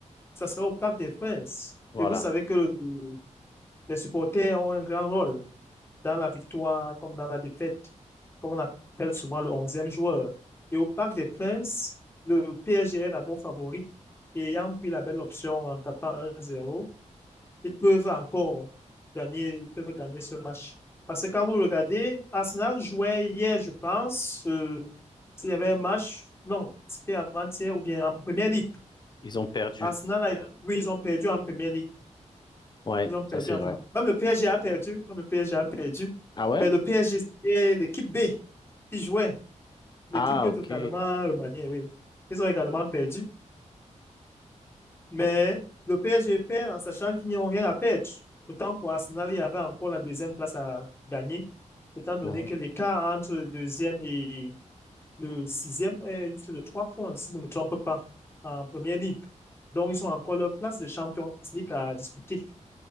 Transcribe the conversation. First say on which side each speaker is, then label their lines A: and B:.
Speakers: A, on the left (about 20°); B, on the left (about 35°).
A: ça sera au Parc des Princes.
B: voilà.
A: Et vous savez que le- les supporters ont un grand rôle dans la victoire comme dans la défaite, comme on appelle souvent le onzième joueur. Et au Parc des Princes, le PSG est d'abord favori. Et ayant pris la belle option en tapant un zéro. ils peuvent encore gagner, ils peuvent gagner ce match. Parce que quand vous regardez, Arsenal jouait hier, je pense, euh, s'il y avait un match, non, c'était avant-hier ou bien en première ligue.
B: Ils ont perdu.
A: Arsenal, a- oui, ils ont perdu en Premier League.
B: Ouais,
A: Ils ont perdu
B: ça c'est
A: en
B: vrai.
A: Premier Même le PSG a perdu. Même le PSG a perdu.
B: Ah ouais?
A: Mais le PSG, c'était l'équipe B qui jouait. L'équipe
B: Ah, ok.
A: totalement remaniée, oui. Ils ont également perdu. Mais le PSG perd en sachant qu'ils n'ont rien à perdre. Pourtant, pour Arsenal, il y avait encore la deuxième place à gagner. Étant donné
B: Mhm.
A: que l'écart entre le deuxième et le sixième est juste de trois points, si je ne me trompe pas, en Premier League. Donc, ils ont encore leur place de Champions League à disputer.